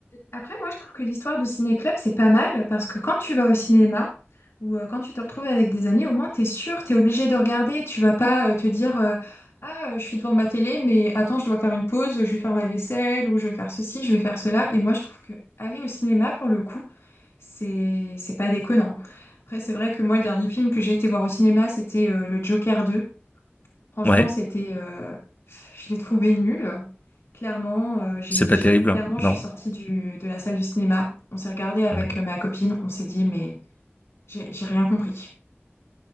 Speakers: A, on the left (about 80°); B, on the left (about 40°).
A: Après, moi, je trouve que l'histoire du ciné-club, c'est pas mal parce que quand tu vas au cinéma ou euh, quand tu te retrouves avec des amis, au moins, t'es sûr, t'es obligé de regarder. Tu vas pas euh, te dire euh, Ah, euh, je suis devant ma télé, mais attends, je dois faire une pause, je vais faire ma vaisselle ou je vais faire ceci, je vais faire cela. Et moi, je trouve que aller au cinéma, pour le coup, c'est c'est pas déconnant. Après, c'est vrai que moi, le dernier film que j'ai été voir au cinéma, c'était euh, le Joker 2. Franchement,
B: Ouais,
A: c'était, euh, je l'ai trouvé nul. Clairement, euh, j'ai,
B: c'est
A: j'ai-
B: pas terrible,
A: clairement,
B: hein.
A: je
B: non.
A: suis sortie du, de la salle du cinéma. On s'est regardé avec
B: Ouais.
A: euh, ma copine. On s'est dit, mais j'ai j'ai rien compris.